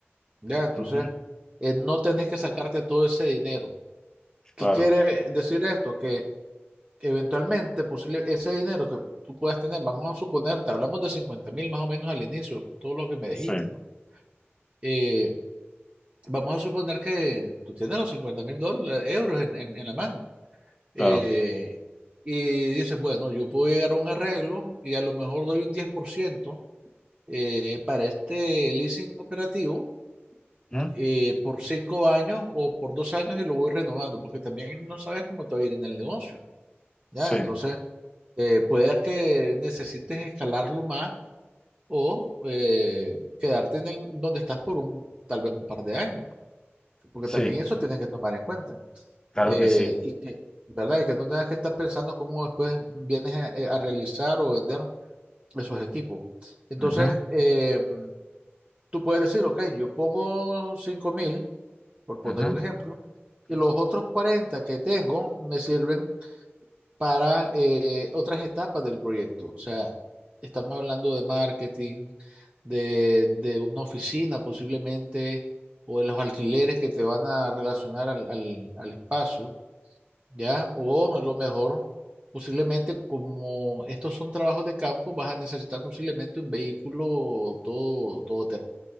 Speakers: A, on the right; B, on the left.
A: ¿ya? Entonces,
B: ajá,
A: eh, no tenés que sacarte todo ese dinero. ¿Qué
B: claro,
A: quiere decir esto? Que eventualmente, posible, ese dinero que tú puedas tener, vamos a suponer, te hablamos de cincuenta mil más o menos al inicio, todo lo que me dijiste,
B: sí,
A: ¿no? Eh, vamos a suponer que tú tienes los cincuenta mil euros en, en- en la mano. eh,
B: claro,
A: y dices, bueno, yo puedo llegar a un arreglo y a lo mejor doy un diez por ciento. eh, para este leasing operativo
B: ajá,
A: eh, por cinco años o por dos años y lo voy renovando, porque también no sabes cómo te va a ir en el negocio, ¿ya?
B: sí,
A: Entonces, eh, puedes que necesites escalarlo más o eh, quedarte en el, donde estás por un, tal vez un par de años, porque
B: sí,
A: también eso tienes que tomar en cuenta.
B: claro
A: Eh,
B: que sí,
A: y que, ¿verdad? Y que no tengas que estar pensando cómo después vienes a, eh, a realizar o vender esos equipos. Entonces,
B: ajá,
A: eh, tú puedes decir, ok, yo pongo cinco mil, por poner
B: ajá,
A: un ejemplo,
B: ajá,
A: y los otros 40 que tengo me sirven para eh, otras etapas del proyecto. O sea, estamos hablando de marketing, de, de una oficina posiblemente, o de los alquileres que te van a relacionar al, al al espacio, ¿ya? O a lo mejor... Posiblemente, como estos son trabajos de campo, vas a necesitar posiblemente un vehículo todo, todo